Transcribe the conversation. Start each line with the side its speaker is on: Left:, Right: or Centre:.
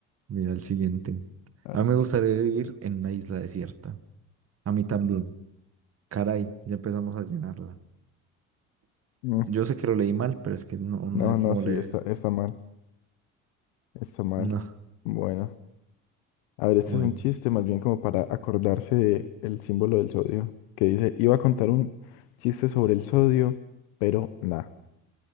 Right: mira el siguiente.
Left: ajá.
Right: A mí me gustaría vivir en una isla desierta. A mí también. Caray, ya empezamos a llenarla.
Left: Mm,
Right: Yo sé que lo leí mal, pero es que no,
Left: No,
Right: no hay
Left: no,
Right: cómo
Left: sí,
Right: leer
Left: está,
Right: eso.
Left: está mal, está mal.
Right: No,
Left: Bueno, a ver, este
Right: bueno.
Left: es un chiste más bien como para acordarse de el símbolo del sodio, que dice, iba a contar un chiste sobre el sodio, pero nada,